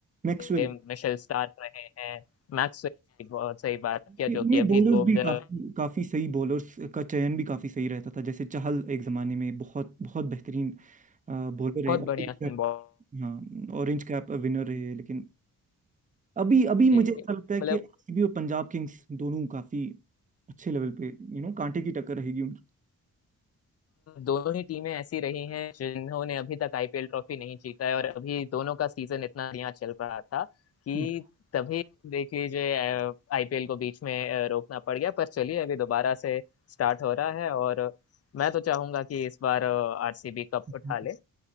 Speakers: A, on the right (about 20°); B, on the left (about 40°).
A: मैक्सवेल
B: ए, मिशेल स्टार्क रहे हैं, मैक्सवेल की बहुत सही बात किया
A: ये
B: जो कि
A: ये
B: अभी
A: बॉलर्स
B: तो
A: भी
B: बहुत
A: काफी काफी सही बॉलर्स का चयन भी काफी सही रहता था जैसे चहल एक जमाने में बहुत बहुत बेहतरीन बॉलर रहे और
B: बढ़िया बॉल-
A: हाँ ऑरेंज कैप विनर रहे लेकिन अभी अभी मुझे
B: जी,
A: ऐसा
B: जी।
A: <laughs> लगता है कि
B: मतलब
A: आरसीबी और पंजाब किंग्स दोनों काफी अच्छे लेवल पे यू नो कांटे की टक्कर रहेगी उनकी
B: दोनों ही टीमें ऐसी रही हैं जिन्होंने अभी तक आईपीएल ट्रॉफी नहीं जीता है और अभी दोनों का सीजन इतना बढ़िया चल रहा था कि
A: <laughs>
B: तभी देख लीजिए आईपीएल को बीच में अ, रोकना पड़ गया पर चलिए अभी दोबारा से स्टार्ट हो रहा है और मैं तो चाहूंगा कि इस बार आरसीबी कप
A: हम्म।
B: उठा ले